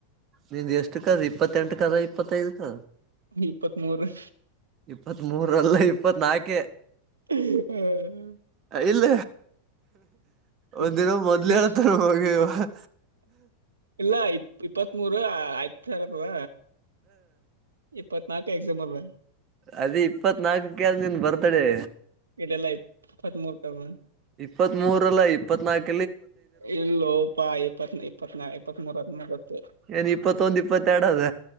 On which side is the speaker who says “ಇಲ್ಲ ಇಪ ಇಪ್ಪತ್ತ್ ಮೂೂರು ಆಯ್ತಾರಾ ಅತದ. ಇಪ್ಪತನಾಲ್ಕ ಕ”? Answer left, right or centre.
Right